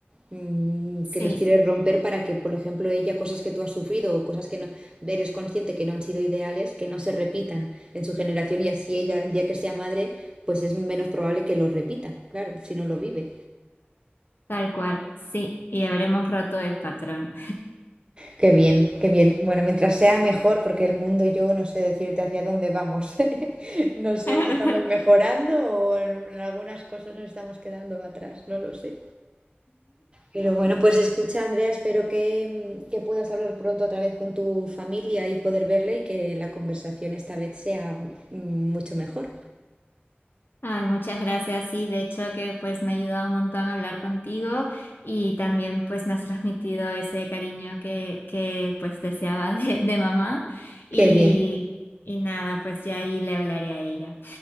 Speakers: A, on the right; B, on the left.
A: mm,
B: sí,
A: que los quieres romper para que, por ejemplo, ella, cosas que tú has sufrido o cosas que no eres consciente que no han sido ideales, que no se repitan en su generación y así ella, el día que sea madre, pues es menos probable que lo repita, claro, si no lo vive.
B: tal cual, sí, y habremos roto el patrón.
A: Qué bien, qué bien. Bueno, mientras sea mejor, porque el mundo yo no sé decirte hacia dónde vamos. <laughs> No sé
B: <laughs>
A: si estamos mejorando o en en algunas cosas nos estamos quedando atrás, no lo sé. Pero bueno, pues escucha, Andrea, espero que, mm, que puedas hablar pronto otra vez con tu familia y poder verle y que la conversación esta vez sea mm, mucho mejor.
B: Ay, muchas gracias. Sí, de hecho que pues me ha ayudado un montón a hablar contigo y también pues me has transmitido ese cariño que, que pues deseaba <laughs> de, de mamá y,
A: Qué bien,
B: y nada, pues ya ahí le hablaré a ella.